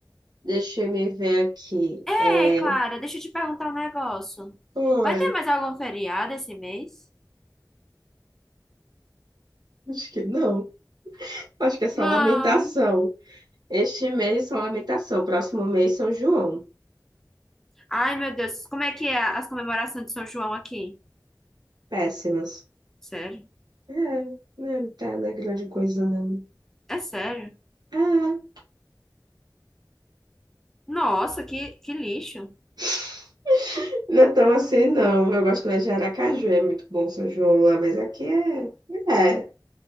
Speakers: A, on the right (about 70°); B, in the centre.
A: Deixa eu me ver aqui.
B: Ei,
A: É.
B: Clara, deixa eu te perguntar um negócio.
A: Oi,
B: Vai ter mais algum feriado esse mês?
A: acho que não. Acho que é só
B: Não.
A: lamentação. Este mês só lamentação. Próximo mês São João.
B: Ai, meu Deus, como é que é as comemorações de São João aqui?
A: Péssimos.
B: Sério?
A: É, não tá, não é grande coisa, não.
B: É sério?
A: É.
B: Nossa, que, que lixo.
A: <laughs> Não é tão assim, não. Eu gosto mais de Aracaju, é muito bom São João lá, mas aqui é. É,